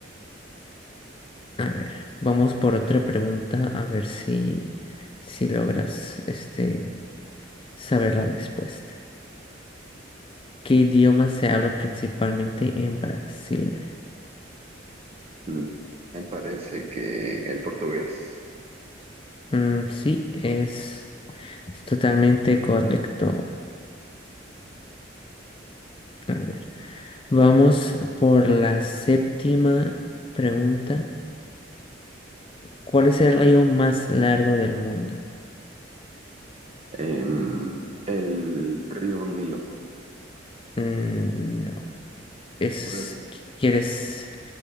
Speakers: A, on the left (about 25°); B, on the right (about 30°).
A: A ver, vamos por otra pregunta a ver si, si logras, este, saber la respuesta. ¿Qué idioma se habla principalmente en Brasil?
B: Mm, Me parece que el portugués,
A: Mm, sí, es, es totalmente correcto. A ver, vamos por la séptima pregunta. ¿Cuál es el río más largo del mundo?
B: em, el río Nilo,
A: Mm, no, es,
B: ¿cuál es?
A: ¿quieres?